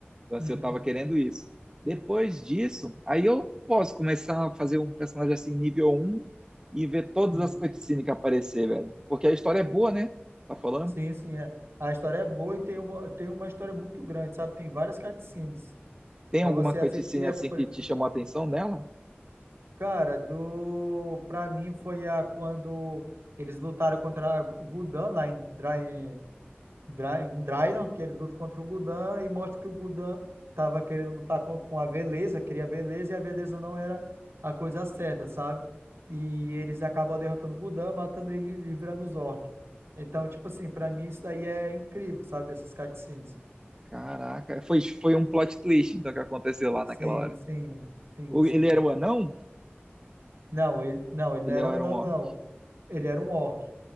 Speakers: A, on the right (about 20°); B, on the right (about 85°).
A: Então, assim,
B: uhum,
A: eu tava querendo isso. Depois disso, aí eu posso começar a fazer um personagem assim, nível um e ver todas
B: uhum.
A: as cutscenes que aparecer, velho. Porque a história é boa, né? Tá falando?
B: Sim, sim, é. A história é boa e tem uma, tem uma história muito grande, sabe? Tem várias cutscenes
A: Tem
B: para
A: alguma
B: você
A: cutscene
B: assistir a
A: assim
B: acompanhar.
A: que te chamou a atenção nela?
B: Cara, do para mim foi a quando eles lutaram contra o Gudan lá em Dry Dra- em Draenor, que ele luta contra o Gudan e mostra que o Gudan estava querendo lutar com, com a Veleza, queria a Veleza e a Veleza não era a coisa certa, sabe? E eles acabam derrotando o Gudan, matando ele e livrando os orcs. Então, tipo assim, pra mim isso daí é incrível, sabe? Essas cutscenes.
A: Caraca, foi, foi um plot twist então que aconteceu lá
B: Sim,
A: naquela hora.
B: sim, sim,
A: O-
B: sim.
A: Ele era o anão?
B: Não, ele não, ele
A: Ele
B: não era
A: era
B: um anão,
A: um orc.
B: não. Ele era um orc.